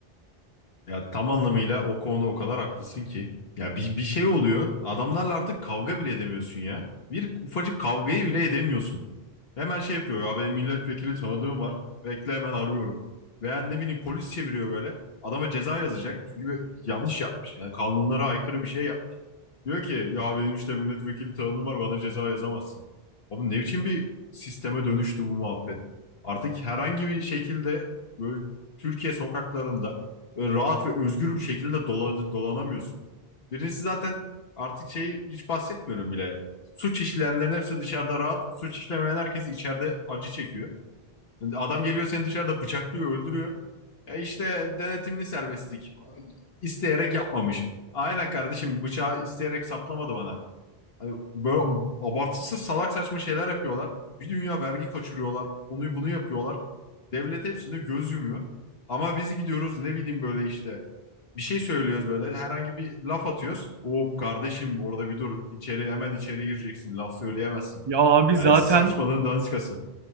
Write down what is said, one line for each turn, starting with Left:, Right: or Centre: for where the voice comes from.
Left: Ya tam anlamıyla o konuda o kadar haklısın ki. Ya bir, bir şey oluyor. Adamlarla artık kavga bile edemiyorsun ya. Bir ufacık kavgayı bile edemiyorsun. Hemen şey yapıyor. Abi milletvekili tanıdığım var. Bekle hemen arıyorum. Veya ne bileyim polis çeviriyor böyle. Adama ceza yazacak. Çünkü bir- yanlış yapmış. Yani kanunlara aykırı bir şey yapmış. Diyor ki ya benim işte milletvekili tanıdığım var bana ceza yazamazsın. Abi ne biçim bir sisteme dönüştü bu muhabbet. Artık herhangi bir şekilde böyle Türkiye sokaklarında Böyle rahat ve özgür bir şekilde dola- dolanamıyorsun. Birincisi zaten artık şeyi hiç bahsetmiyorum bile. Suç işleyenlerin hepsi dışarıda rahat. Suç işlemeyen herkes içeride acı çekiyor. Yani Adam geliyor seni dışarıda bıçaklıyor, öldürüyor. E işte denetimli serbestlik. İsteyerek yapmamış. Aynen kardeşim bıçağı isteyerek saplamadı bana. Hani böyle abartısı salak saçma şeyler yapıyorlar. Bir dünya vergi kaçırıyorlar. Onu bunu yapıyorlar. Devlet hepsine göz yumuyor. Ama biz gidiyoruz ne bileyim böyle işte bir şey söylüyoruz böyle herhangi bir laf atıyoruz. Oo kardeşim orada bir dur içeri hemen içeri gireceksin laf söyleyemezsin.
Right: Ya abi
Left: Yani
Right: zaten
Left: saçmalığın daniskası.